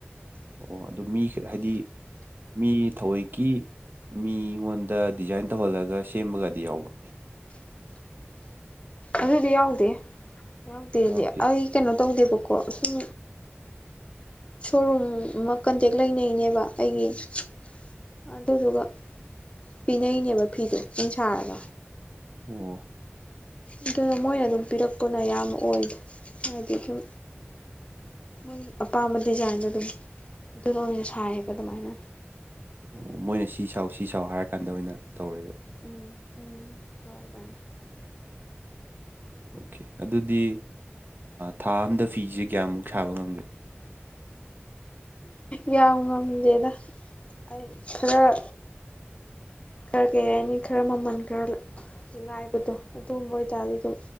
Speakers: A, on the right; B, on the left.
A: ꯑꯣ ꯑꯗꯨꯗꯣ ꯃꯤ ꯍꯥꯏꯗꯤ ꯃꯤ ꯊꯑꯣꯏꯀꯤ ꯃꯤꯉꯣꯟꯗ ꯗꯤꯖꯥꯏꯟ ꯇꯧꯍꯜꯂꯒ ꯁꯦꯝꯕꯒꯗꯤ ꯌꯥꯎꯔꯣ
B: ꯑꯗꯨꯗꯤ ꯌꯥꯎꯗꯦ ꯌꯥꯎꯗꯦꯗꯤ
A: ꯌꯥꯎꯗꯦ
B: ꯑꯩ ꯀꯩꯅꯣ ꯇꯧꯗꯦꯕꯀꯣ ꯁꯨꯝ ꯁꯣꯔꯨꯝ ꯑꯃ ꯀꯟꯇꯦꯛ ꯂꯩꯅꯩꯅꯦꯕ ꯑꯩꯒꯤ ꯑꯗꯨꯗꯨꯒ ꯄꯤꯅꯩꯅꯦꯕ ꯐꯤꯗꯨꯣ ꯎꯟ ꯁꯥꯔꯒ
A: ꯑꯣ
B: ꯑꯗꯨꯅ ꯃꯣꯏꯅ ꯑꯗꯨꯝ ꯄꯤꯔꯛꯄꯅ ꯌꯥꯝ ꯑꯣꯏ ꯍꯥꯏꯗꯤ ꯑꯗꯨꯨꯝ ꯃꯣꯏꯒꯤ ꯑꯄꯥꯝꯕ ꯗꯤꯖꯥꯏꯟꯗꯣ ꯑꯗꯨꯝ ꯑꯗꯨ ꯑꯣꯏꯅ ꯁꯥꯏꯌꯦꯕ ꯑꯗꯨꯃꯥꯏꯅ
A: ꯑꯣ ꯃꯣꯏꯅ ꯁꯤ ꯁꯥꯎ ꯁꯤ ꯁꯥꯎ ꯍꯥꯏꯔꯀꯥꯟꯗ ꯑꯣꯏꯅ ꯇꯧꯔꯦꯕ
B: ꯎꯝ ꯎꯝ ꯍꯣꯏ ꯇꯥꯏ
A: ꯑꯣꯀꯦ ꯑꯗꯨꯗꯤ ꯊꯥ ꯑꯝꯗ ꯐꯤꯁꯦ ꯀꯌꯥꯃꯨꯛ ꯁꯥꯕ ꯉꯝꯒꯦ
B: ꯌꯥꯝ ꯉꯝꯗꯦꯗ ꯑꯩ ꯈꯔ ꯈꯔ ꯀꯩ ꯍꯥꯏꯅꯤ ꯈꯔ ꯃꯃꯜ ꯈꯔ ꯂꯥꯏꯕꯗꯣ ꯑꯗꯨꯝꯕ ꯑꯣꯏꯇꯥꯔꯗꯤ ꯑꯗꯨꯝ